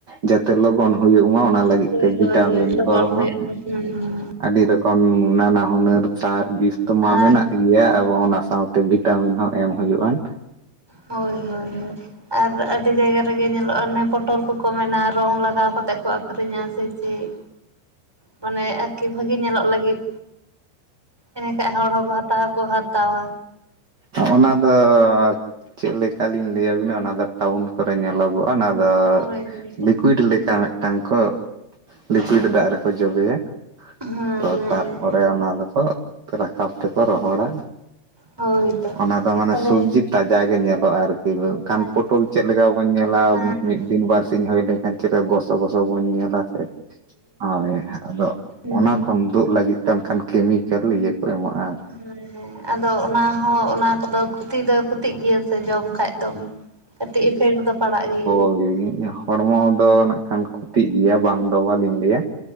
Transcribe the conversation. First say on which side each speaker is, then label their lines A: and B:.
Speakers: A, on the right; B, in the centre.
A: ᱡᱟᱛᱮ ᱞᱚᱜᱚᱱ ᱦᱩᱭᱩᱜ ᱢᱟ ᱚᱱᱟ
B: ᱦᱮᱸ
A: ᱞᱟᱹᱜᱤᱫ
B: ᱦᱳᱭ
A: ᱛᱮ
B: ᱦᱳᱭ
A: ᱵᱷᱤᱴᱟᱢᱤᱱ
B: ᱦᱳᱭ ᱞᱚᱜᱚᱱ
A: ᱠᱚᱦᱚᱸ,
B: <unintelligible>
A: ᱟᱹᱰᱤ ᱨᱚᱠᱚᱢ ᱱᱟᱱᱟ ᱦᱩᱱᱟᱹᱨ ᱥᱟᱨ ᱵᱤᱥᱛᱚ
B: ᱟᱨ
A: ᱢᱟ ᱢᱮᱱᱟᱜ ᱜᱮᱭᱟ ᱮᱵᱚᱝ ᱚᱱᱟ ᱥᱟᱸᱶᱛᱮ ᱵᱷᱤᱴᱟᱢᱤᱱ ᱦᱚᱸ, ᱮᱢ ᱦᱩᱭᱩᱜ-ᱟᱱ᱾
B: ᱦᱳᱭ ᱦᱳᱭ ᱦᱳᱭ ᱟᱨ ᱨᱟᱜ ᱟᱹᱰᱤ ᱡᱟᱭᱜᱟ ᱨᱮᱜᱮ ᱧᱮᱞᱚᱜ-ᱟ ᱚᱱᱮ ᱯᱚᱴᱚᱞ ᱠᱚᱠᱚ ᱢᱮᱱᱟ ᱨᱚᱝ ᱞᱟᱜᱟᱣ ᱠᱟᱛᱮᱫ ᱠᱚ ᱟᱹᱠᱷᱨᱤᱧᱟ ᱥᱮ ᱪᱮᱜ? ᱢᱟᱱᱮ ᱟᱨᱠᱤ ᱵᱷᱟᱜᱤ ᱧᱮᱞᱚᱜ ᱞᱟᱹᱜᱤᱫ᱾ ᱮᱱᱟᱹ ᱠᱷᱟᱡ ᱦᱚᱲ ᱦᱚᱸᱠᱚ ᱦᱟᱛᱟᱣ ᱦᱚᱸᱠᱚ ᱦᱟᱛᱟᱣᱟ᱾
A: ᱚᱱᱟ ᱫᱚ ᱪᱮᱫ ᱞᱮᱠᱟᱞᱤᱧ ᱞᱟᱹᱭ ᱟᱵᱤᱱᱟ ᱚᱱᱟ ᱫᱚ ᱴᱟᱣᱩᱱ ᱠᱚᱨᱮ ᱧᱮᱞᱚᱜᱚᱜ᱾ ᱚᱱᱟ ᱫᱚ
B: ᱦᱳᱭ ᱦᱳᱭ ᱦᱮᱸ
A: ᱞᱤᱠᱩᱭᱤᱰ ᱞᱮᱠᱟ᱾ ᱴᱟᱝ ᱠᱚ ᱞᱤᱠᱩᱭᱤᱰ ᱫᱟᱜ ᱨᱮᱠᱚ ᱡᱚᱵᱮᱭᱟ
B: ᱦᱮᱸ
A: ᱛᱚ ᱛᱟᱨ ᱯᱚᱨᱮ
B: ᱦᱮᱸ
A: ᱚᱱᱟ ᱫᱚᱠᱚ ᱨᱟᱠᱟᱵ ᱛᱮᱠᱚ ᱨᱚᱦᱚᱲᱟ᱾
B: ᱦᱳᱭ᱾ ᱛᱚ
A: ᱚᱱᱟ ᱫᱚ ᱢᱟᱱᱮ
B: ᱛᱟᱦᱚᱞᱮ
A: ᱥᱚᱵᱽᱡᱤ ᱛᱟᱡᱟ ᱜᱮ ᱧᱮᱞᱚᱜ-ᱟ ᱟᱨ ᱠᱤᱵᱟᱹ ᱠᱷᱟᱱ
B: ᱟᱪᱪᱷᱟ
A: ᱯᱚᱴᱚᱞ ᱪᱮᱫ ᱞᱮᱠᱟ ᱵᱚᱱ ᱧᱮᱞᱟ
B: ᱦᱮᱸ ᱦᱮᱸ
A: ᱢᱤᱫ ᱫᱤᱱ ᱵᱟᱨᱥᱤ ᱦᱩᱭ ᱞᱮᱱᱠᱷᱟᱱ᱾ ᱪᱤᱠᱠᱟᱹ ᱜᱚᱥᱚ ᱜᱚᱥᱚ ᱵᱚᱱ ᱧᱮᱞᱟ ᱥᱮ ᱦᱳᱭ ᱟᱫᱚ
B: ᱦᱩᱸ
A: ᱚᱱᱟ ᱠᱷᱚᱱ ᱫᱩᱜ ᱞᱟᱹᱜᱤᱫ᱾ ᱠᱷᱟᱱ ᱠᱷᱟᱱ ᱠᱮᱢᱤᱠᱮᱞ ᱤᱭᱟᱹ ᱠᱚ ᱮᱢᱟᱜᱼᱟ᱾
B: ᱦᱮᱸ ᱦᱮᱸ ᱟᱫᱚ ᱚᱱᱟ ᱦᱚᱸ ᱚᱱᱟ ᱠᱚᱫᱚ ᱠᱷᱚᱛᱤ ᱫᱚ ᱠᱷᱚᱛᱤᱜ ᱜᱤᱭᱟᱹᱛ᱾ ᱥᱮ ᱡᱚᱢ ᱠᱷᱟᱡ ᱫᱚᱢ ᱠᱟᱹᱴᱤᱡ ᱤᱯᱷᱮᱠᱴ ᱫᱚ ᱯᱟᱲᱟᱜ ᱜᱤᱭᱟᱹ᱾
A: ᱦᱚᱭ <unintelligible> ᱦᱚᱲᱢᱚ ᱫᱚ ᱱᱟᱜ ᱠᱷᱟᱱ ᱠᱷᱚᱛᱤᱜ ᱜᱮᱭᱟ ᱵᱟᱝ ᱫᱚᱵᱟᱞᱤᱧ ᱞᱟᱹᱭᱟ